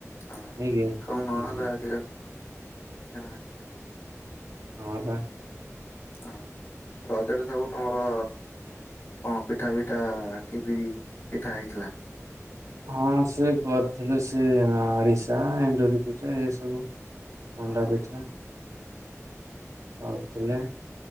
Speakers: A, on the left; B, on the right.
A: ହଁ
B: ନାଇଁ କି?
A: ଇନକମ୍ ନହଲେ
B: ହୁଁ
A: ଆଜିକାଲି କିଛି ନାଇ।
B: ହଁ ବା।
A: ଆ ରଜରେ ସବୁ ତମର କଁ ପିଠା ପିଠା କିିବି ପିଠା ହେଇଥିଲା?
B: ହଁ ସେ କରିଥିଲେ ସେ ଆରିସା ଏଣ୍ଡୁରି ପିଠା ଏ ସବୁ। ମଣ୍ଡାପିଠା
A: ଓହୋ ହଁ
B: <unintelligible>